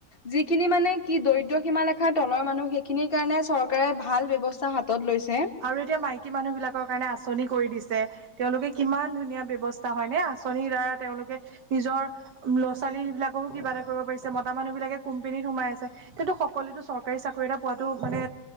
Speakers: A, on the left; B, on the right.
A: যিখিনি মানে কি দৰিদ্ৰ সীমা লেখাৰ তলৰ মানুহ সেইখিনিৰ কাৰণে চৰকাৰে ভাল ব্যৱস্থা হা হাতত লৈছে।
B: আৰু এতিয়া মাইকী মানুহ বিলাকৰ কাৰণে আঁচনি কৰি দিছে। তেওঁলোকে কিমান ধুনীয়া ব্যৱস্থা হয় নে আঁচনিৰ দ্বাৰা তেওঁলোকে নিজৰ লৰা ছোৱালী বিলাককো কিবা এটা কৰিব পাৰিছে মতা মানুহ বিলাকে কোম্পেনীত সোমাই আছে। কিন্তু সকলোটো চৰকাৰী চাকৰি এটা পোৱাটো মানে